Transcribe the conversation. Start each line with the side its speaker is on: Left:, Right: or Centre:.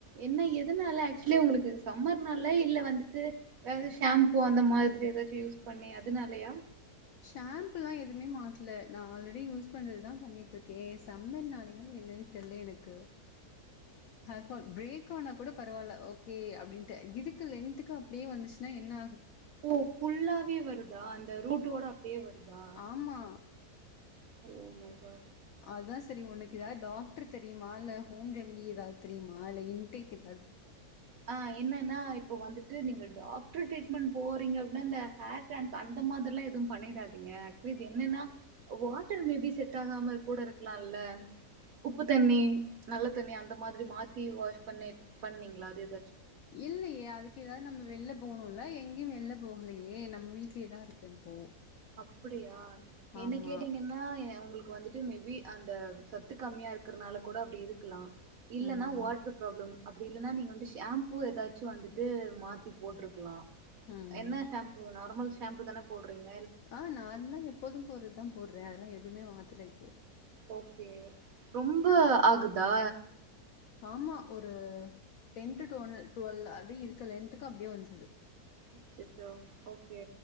Right: என்ன எதுனால ஆக்சுலி உங்களுக்கு சம்மர்னால்ல இல்ல வந்துட்டு வேறது ஷாம்பூ அந்த மாதிரி ஏதாச்சு யூஸ் பண்ணி அதுனாலயா
Left: ஷாம்ப்ல்லா எதுமே மாத்ல நா ஆல்ரெடி யூஸ் பண்றதுதா பண்ணிட் துக்கே சம்மர்னாலயா என்னன் தெர்ல எனக்கு ஹேர் ஃபால் பிரேக்கானாக் கூட பரவால்ல ஓகே அப்டின்ட்டு இதுக்கு லென்த்துக்கு அப்டியே வந்துச்ன்னா என்னா
Right: ஓ ஃபுல்லாவே வருத் தா அந்த ரூட்டோட அப்டியே வருதா?
Left: ஆமா
Right: ஓ முருகா
Left: அதான் சரி ஒனக்கெதாவது டாக்டர் தெரியுமா இல்ல ஹோம் ரெமிடி எதா தெரியுமா இல்ல இன்டேக் எதா
Right: ஆஹ் என்னன்னா இப்ப வந்துட்டு நீங்க டாக்டர் ட்ரீட்மெண்ட் போறீங்க அப்டின்னா இந்த ஹேர் ட்ரான் அந்த மாதிரில்லா எதுவு பண்ணிடாதீங்க அட்லீஸ்ட் என்னன்னா வாட்டர் மே பி செட் ஆகாம கூட இருக்லா இல்ல உப்பு தண்ணி நல்ல தண்ணி அந்த மாதிரி மாத்தி வாஷ் பண்ணி பண்ணீங்ளா அது எதும்
Left: இல்லையே அதுக்கு ஏதாவது நம்ம வெளில்ல போணும்ல எங்கேயும் வெளில்ல போகலியே நம்ம வீட்லேயேதா இருக்கே இப்போ
Right: அப்டியா
Left: ஆமா
Right: என்ன கேட்டீங்கன்னா ஏ உங்ளுக்கு வந்துட் மே பி அந்த சத்து கம்மியா இருக்கறன்னால கூட அப்டி இருக்கலா இல்லன்னா
Left: ம்
Right: வாட்டர் ப்ராப்ளம் அப்டி இல்லன்னா நீங்க வந்து ஷாம்பூ ஏதாச்சு வந்துட்டு மாத்தி போட்ருக்கலா
Left: ம்
Right: என்ன ஷாம்பூ நார்மல் ஷாம் ஷாம்பு தான போட்றீங்க
Left: ஆஹ் நார்மல்லா எப்போதும் போட்றதா போட்றே அதெல்லா எது எதுவுமே மாத்தல இப்போ
Right: ஓகே ரொம்ப ஆகுதா
Left: ஆமா ஒரு டென் டூ டோனல் டுவெல் அப்டியே இருக்க லென்த்துக்கு அப்டியே வந்திருது
Right: அச்சச்சோ ஓகே